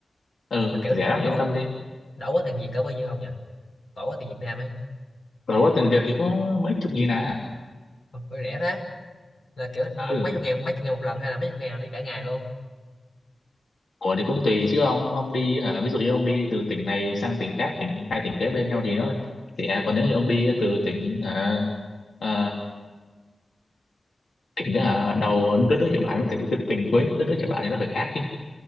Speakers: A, on the left (about 80°); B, on the left (about 60°).
A: ừ
B: Mà kiểu
A: rẻ lắm
B: đổ
A: yên tâm đi
B: đổ quá tiền Việt cỡ bao nhiêu ông nhỉ? Đổ quá tiền Việt Nam ấy.
A: rồi qua tiền Việt thì có mấy chục nghìn à
B: Ủa, ủa rẻ thế. Là kiểu một
A: ừ
B: mấy chục ngàn mấy chục ngàn một lần hay là mấy chục ngàn đi cả ngày luôn?
A: của thì cũng tùy chứ ông ông đi hả ví dụ như ông đi từ tỉnh này sang tỉnh khác tỉnh hai tỉnh kế bên nhau thì nó rẻ còn nếu như ông đi từ tỉnh à, à, tỉnh đó hả đầu đất nước Nhật Bản với tỉnh tỉnh tỉnh cuối đất nước
B: <laughs>
A: Nhật Bản thì nó phải khác chứ